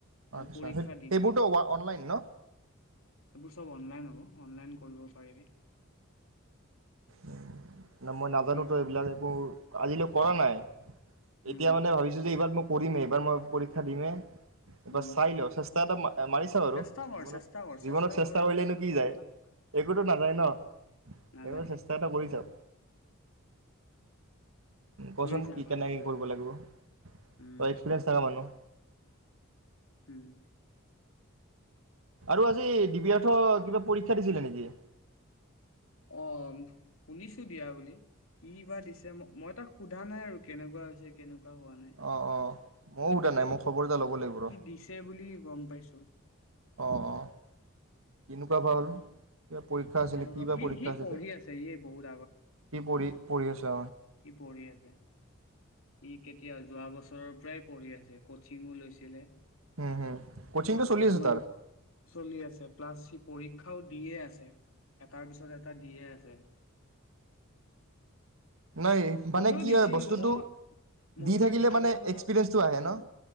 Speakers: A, on the left; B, on the right.
A: আৰু
B: আচ্ছা
A: পৰীক্ষা দি
B: এইবোৰতো
A: থাক
B: <unintelligible> অনলাইন ন?
A: এইবোৰ চব অনলাইন হ'ব। অনলাইন কৰিব পাৰিবি।
B: উ। ন মই নাজানো
A: নিজ
B: তো এইবিলাক একো আজিলৈ কৰা নাই।
A: উম
B: এতিয়া মানে ভাবিছো যে, এইবাৰ মই কৰিমে এইবাৰ মই পৰীক্ষা দিমে এইবাৰ
A: উম
B: চাই লওঁ চেষ্টা এটা মাৰি চাম আৰু
A: চেষ্টা কৰ
B: জীৱনত,
A: চেষ্টা কৰ
B: জীৱনত চেষ্টা
A: কৰিলেহে
B: কৰিলেনো
A: তোৰ
B: কি
A: হ'ব
B: যায়,
A: না
B: একোতো নাযায় ন?
A: নাযায়
B: এইবাৰ চেষ্টা এটা কৰিছা কচোন
A: কৰিছা
B: কি
A: কৰিছা
B: কে নেকে কৰিব লাগিব? তই
A: উম
B: এক্সপেৰিয়েন্স থাকা মানুহ।
A: উম।
B: আৰু আজি ডিবিআৰ্থ কিবা পৰীক্ষা দিছিলে নেকি?
A: অ', শুনিছো দিয়া বুলি। কি বা দিছে ম-মই তাক সোধা নাই আৰু কেনেকুৱা হৈছে কেনে হোৱা নাই
B: অঁ অঁ ময়ো সোধা
A: কিন্তু
B: নাই মই খবৰ এটা ল'ব লাগিব
A: কি
B: ৰ
A: দিছে বুলি গম পাইছো।
B: অ', অ', কিন <unintelligible> পৰীক্ষা আছিলে
A: কেনেকুৱা
B: কি বা
A: সি
B: পৰীক্ষা
A: সি
B: আছিলে
A: পঢ়ি আছে সি বহুত
B: কি পঢ়ি পঢ়ি আছা
A: ই পঢ়ি আছে। ই কেতিয়া যোৱা বছৰৰ পৰাই পঢ়ি আছে কচিঙো লৈছিলে।
B: উম হম কচিংটো
A: আৰু
B: চলি
A: কিছুমান
B: আছে তাৰ
A: চলি আছে প্লাছ সি পৰীক্ষাও দিয়ে আছে এটাৰ পিছত এটা দিয়ে আছে।
B: নাই মানে
A: মইও
B: কি
A: দিছিলো
B: হয় বস্তুটো
A: ম-মইও
B: দি থাকিলে
A: আজি কেদিনমানৰ,
B: মানে এক্সপিৰিয়েঞ্চটো আহে
A: উম,
B: ন